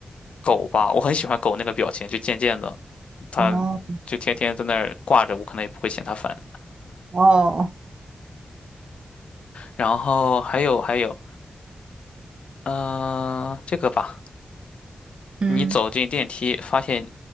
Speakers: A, on the left; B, on the right.
A: 狗吧，我很喜欢狗那个表情，就贱贱的，它
B: 哦
A: 就天天在那儿挂着，我可能也不会嫌它烦。
B: 哦，
A: 然后还有还有，嗯、这个吧，
B: 嗯，
A: 你走进电梯，发现